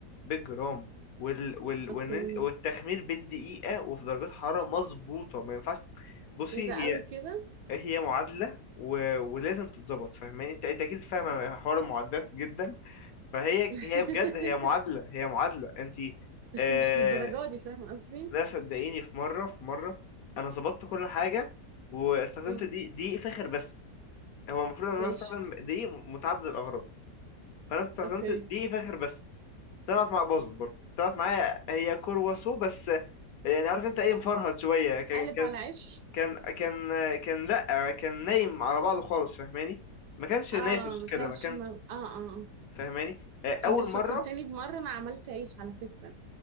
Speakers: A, on the left; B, on the right.
A: بالجرام وال وال وإن-
B: اوكي
A: والتخمير بالدقيقة وفي درجات حرارة مظبوطة ما ينفعش بصي
B: ايه ده
A: هي
B: قوي كده
A: هي معادلة و... ولازم تتظبط فاهماني انت أنت اكيد فاهمة حوار المعادلات جدا فهي
B: <laughs>
A: هي بجد هي معادلة هي معادلة انت
B: بس
A: آه
B: مش للدرجة دي فاهم قصدي
A: لا صدقيني في مرة في مرة انا ظبطت كل حاجة واستخدمت
B: مم.
A: دقيق دقيق فاخر بس هو المفروض ان انا
B: ماشي
A: استخدم دقيق متعدد الاغراض فانا استخدمت
B: اوكي
A: دقيق فاخر بس طلعت مع باظت برضه طلعت معايا هي كرواسو بس آه، يعني عارف انت ايه مفرهد شوية كان
B: قلب
A: كان
B: على عيش
A: كان كان آه، كان لا آه، كان نايم على بعضه خالص فاهماني ما كانش
B: اه
A: نافش
B: ما كانش
A: كده ما كانش
B: ما... اه اه آه.
A: فاهماني آه، اول
B: انت فكرتني
A: مرة
B: بمرة انا عملت عيش على فكرة